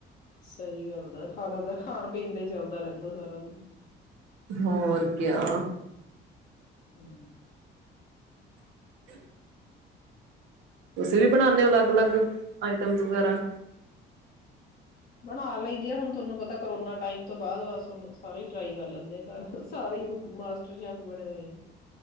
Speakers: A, on the left; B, on the right.
A: ਸਹੀ ਗੱਲ ਦਾ ਖਾਣਾ ਤਾਂ ਖਾਣ ਪੀਣ ਦਾ ਹੀ ਚੱਲਦਾ ਰਹਿੰਦਾ ਸਾਰਾ ਦਿਨ
B: ਹੋਰ ਕਿਆ
A: ਹਮ
B: <inaudible> ਤੁਸੀਂ ਵੀ ਬਣਾਦੇ ਹੋ ਅਲੱਗ ਅਲੱਗ ਆਈਟਮਸ ਵਗੈਰਾ
A: ਬਣਾ ਲਈਦੀ ਆ ਹੁਣ ਤੁਹਾਨੂੰ ਪਤਾ ਕਰੋਨਾ ਟਾਈਮ ਤੋਂ ਬਾਅਦ ਬਸ ਹੁਣ ਸਾਰੇ ਹੀ ਟਰਾਈ ਕਰ ਲਿਆ ਸਾਡੇ ਘਰ ਸਾਰੇ ਹੀ ਮਾਸਟਰ ਸ਼ੈਫ ਬਣੇੇ ਹੋਏ ਆ